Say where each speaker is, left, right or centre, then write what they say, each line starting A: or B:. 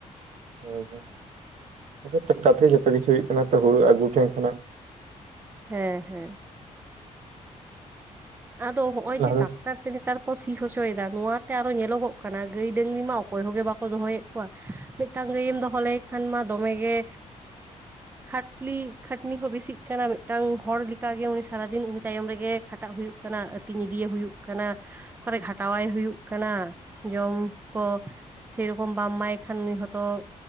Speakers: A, on the right (about 70°); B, on the right (about 15°).
A: ᱦᱳᱭ ᱦᱳᱭ ᱟᱫᱚ ᱴᱨᱟᱠᱴᱟᱨ ᱛᱮᱜᱮ ᱡᱚᱛᱚ ᱠᱤᱪᱷᱩ ᱦᱩᱭᱩᱜᱜ ᱠᱟᱱᱟ ᱛᱚ ᱦᱩᱲᱩ ᱟᱹᱜᱩ ᱴᱷᱮᱱ ᱠᱷᱚᱱᱟᱜ
B: ᱦᱮᱸ ᱦᱮᱸ ᱟᱫᱚ ᱦᱚᱜᱼᱚᱭ
A: ᱞᱟᱦᱟ
B: ᱡᱮ ᱴᱟᱠᱴᱟᱨ ᱛᱮ ᱱᱮᱛᱟᱨ ᱠᱚ ᱥᱤ ᱦᱚᱪᱚᱭᱮᱫᱟ ᱱᱚᱣᱟᱛᱮ ᱟᱨᱚ ᱧᱮᱞᱚᱜᱚᱜ ᱠᱟᱱᱟ ᱜᱟᱹᱭ ᱰᱟᱹᱝᱨᱤ ᱢᱟ ᱚᱠᱚᱭ ᱦᱚᱸᱜᱮ ᱵᱟᱠᱚ ᱫᱚᱦᱚᱭᱮᱫ ᱠᱚᱣᱟ ᱢᱤᱫᱴᱟᱝ ᱜᱟᱹᱭᱮᱢ ᱫᱚᱦᱚ ᱞᱟᱹᱭ ᱠᱷᱟᱱ ᱢᱟ ᱫᱚᱢᱮᱜᱮ
A: <inaudible>
B: ᱠᱷᱟᱴᱞᱤ ᱠᱷᱟᱹᱴᱱᱤ ᱠᱚ ᱵᱤᱥᱤᱜ ᱠᱟᱱᱟ ᱢᱤᱫᱴᱟᱝ ᱦᱚᱲ ᱞᱮᱠᱟᱜᱮ ᱩᱱᱤ ᱥᱟᱨᱟ ᱫᱤᱱ ᱩᱱᱤ ᱛᱟᱭᱚᱢ ᱨᱮᱜᱮ ᱠᱷᱟᱴᱼᱼ ᱚᱠᱟᱴᱟᱜ ᱦᱩᱭᱩᱜ ᱠᱟᱱᱟ ᱟᱹᱛᱤᱧ ᱤᱫᱤᱭᱮ ᱦᱩᱭᱩᱜ ᱠᱟᱱᱟᱼᱼ ᱠᱚᱨᱮ ᱜᱷᱟᱴᱟᱣᱟᱭ ᱦᱩᱭᱩᱜ ᱠᱟᱱᱟ ᱡᱚᱢ ᱠᱚᱼᱼ ᱥᱮᱨᱚᱠᱚᱢ ᱵᱟᱢ ᱮᱢᱟᱭ ᱠᱷᱟᱱ ᱚᱱᱤ ᱦᱚᱸᱛᱚ